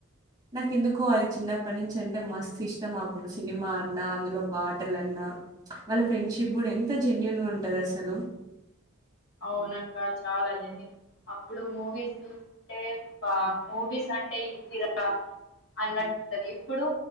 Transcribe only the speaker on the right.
నాకు ఎందుకో అది చిన్నప్పటి నుంచి అంటే మాస్ ఇష్టం. మాబు ఆ సినిమా అన్నా అందులో పాటలన్నా వాళ్ళ ఫ్రెండ్షిప్ కూడా ఎంత్ ఎంత జెన్యూన్గా ఉంటది. అసలు